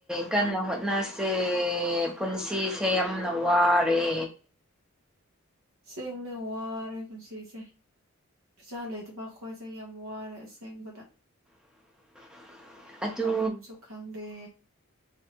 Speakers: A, in the centre; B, on the right.
A: ꯀꯟꯅ ꯍꯣꯠꯅꯁꯦ ꯄꯨꯟꯁꯤꯁꯦ ꯌꯥꯝꯅ ꯋꯥꯔꯦ
B: ꯁꯤ ꯎꯅꯦ ꯋꯥꯔ ꯄꯨꯁꯤꯁꯦ ꯄꯤꯆꯥ ꯂꯩꯇꯕ ꯈꯈꯣꯏꯁꯦ ꯌꯥꯝ ꯋꯥꯔꯦ ꯑꯁꯦꯡꯕꯗ
A: <unintelligible> ꯑꯗꯨ
B: ꯇꯧꯐꯝꯁꯨ ꯈꯪꯗꯦ